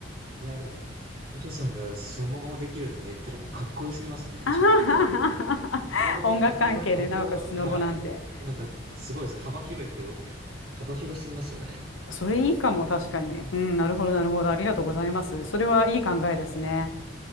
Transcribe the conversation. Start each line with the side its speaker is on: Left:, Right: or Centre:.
Right: いや、でも、お嬢さんがそのままできるとか言ったらもうかっこよすぎますね。
Left: <laughs> あはははは音楽関係で、
Right: ちょっと。憧れ、憧れ、憧れ、
Left: なおかつスノボなんて。
Right: はい。なんか、すごいです。幅広いとかよ、幅広すぎますよね。
Left: それいいかも、確かに。うん、なるほど、なるほど。ありがとうございます。それはいい考えですね。
Right: えー